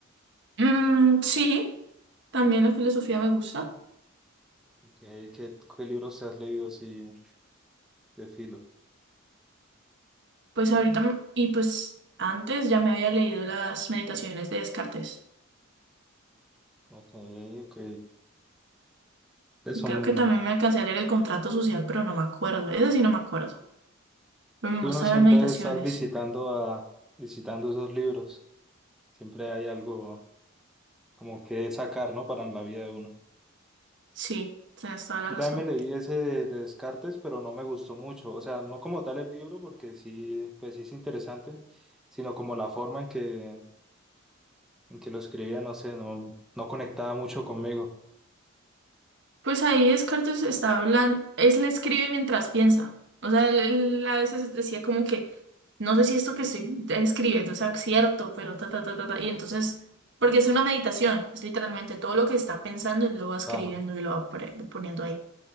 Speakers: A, on the right; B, in the centre.
A: Mm, sí, también la filosofía me gusta.
B: Ok, ¿Qué, qué libros te has leído así de filo?
A: Pues ahorita, m- y pues antes ya me había leído las meditaciones de Descartes.
B: Ok, ok. Pues Son,
A: Creo que también me alcancé a leer el contrato social, pero no me acuerdo. Eso sí no me acuerdo. Pero
B: sí,
A: me gustan
B: uno siempre
A: las meditaciones.
B: debe estar visitando a, visitando esos libros. Siempre hay algo como que sacar, ¿no? Para la vida de uno.
A: Sí, tienes toda la
B: Yo
A: razón.
B: también me leí ese de, de Descartes, pero no me gustó mucho. O sea, no como tal el libro, porque sí, pues sí es interesante, sino como la forma en que, en que lo escribía, no sé, no, no conectaba mucho conmigo.
A: Pues ahí Descartes está hablando, es le escribe mientras piensa. O sea, él, él a veces decía como que, no sé si esto que estoy escribiendo sea cierto, pero ta, ta, ta, ta, ta. Y entonces, porque es una meditación, es literalmente todo lo que está pensando, él lo va escribiendo
B: Claro.
A: y lo va pre- poniendo ahí.